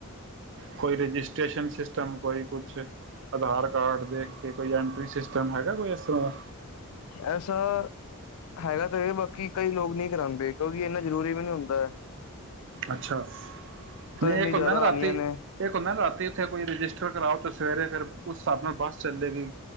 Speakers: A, on the right; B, on the left.
A: ਕੋਈ ਅ ਰਜਿਸ੍ਰੇਸ਼ਨ ਸਿਸਟਮ ਕੋਈ ਕੁਛ? ਅਧਾਰ ਕਾਰਡ ਦੇ ਐਂਟਰੀ ਸਿਸਟਮ ਹੈਗੈ ਕੋਈ ਇਸ ਤਰਾਂ ਦਾ?
B: ਐਸਾ- ਹੈਗਾ ਤੇ ਵੇ, ਬਾਕੀ ਕਈ ਲੋਗ ਨਈ ਕਰਾਂਦੇ, ਕੇਓ ਕਿ ਐਨਾ ਜਰੂਰੀ ਵੀ ਨੀ ਹੁੰਦੈ ਐ।
A: ਅੱਛਾ, ਨਈ
B: ਇੰਨੀ
A: ਏਕ ਹੁੰਦੈ
B: ਜ਼ਿਆਦਾ
A: ਏ ਨਾ ਰਾਤੀ
B: ਆਉਣੀਆਂ ਨੇ
A: ਏਕ ਹੁੰਦੈ ਏ ਨਾ ਰਾਤੀ ਉਥੇ ਕੋਈ ਰਜਿਸਟਰ ਕਰਾਓ ਤੇ ਸਵੇਰੇ ਫਿਰ ਉਸ ਸਾਬ ਨਾਲ ਬਸ ਚੱਲੇਗੀ